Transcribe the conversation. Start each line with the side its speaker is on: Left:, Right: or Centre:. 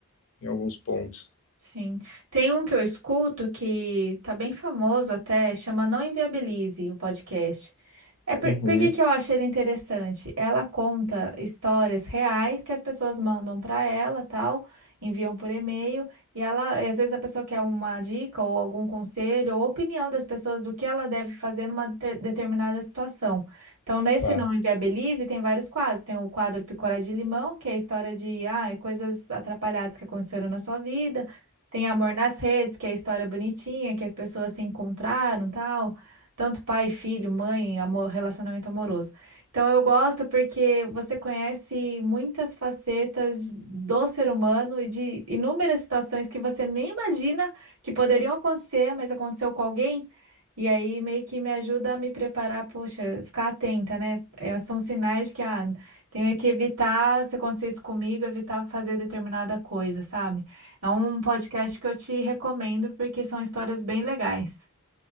Left: em alguns pontos.
Right: Sim. Tem um que eu escuto que tá bem famoso até, chama Não Inviabilize, o podcast. É
Left: Uhum,
Right: por, por que que eu acho ele interessante? Ela conta histórias reais que as pessoas mandam para ela, tal, enviam por e-mail, e ela, às vezes a pessoa quer uma dica ou algum conselho ou opinião das pessoas do que ela deve fazer numa de- determinada situação. Então, nesse
Left: tá.
Right: Não Inviabilize tem vários quadros. Tem o quadro Picolé de Limão, que é a história de ah, coisas atrapalhadas que aconteceram na sua vida. Tem Amor nas Redes, que é a história bonitinha, que as pessoas se encontraram, tal, tanto pai, filho, mãe, amor, relacionamento amoroso. Então eu gosto porque você conhece muitas facetas do ser humano e de inúmeras situações que você nem imagina que poderiam acontecer, mas aconteceu com alguém. E aí meio que me ajuda a me preparar, poxa, ficar atenta, né? É, são sinais que ah, tenho que evitar, se acontecer isso comigo, evitar fazer determinada coisa, sabe? É um podcast que eu te recomendo porque são histórias bem legais.